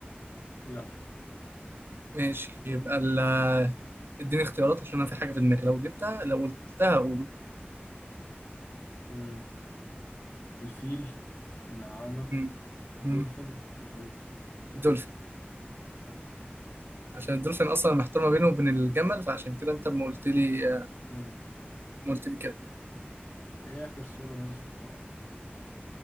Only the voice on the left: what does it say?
لا
مم. الفيل النعامة
الدولفين
الحوت
صح
امم
ايه اخر سورة نزلت في القرآن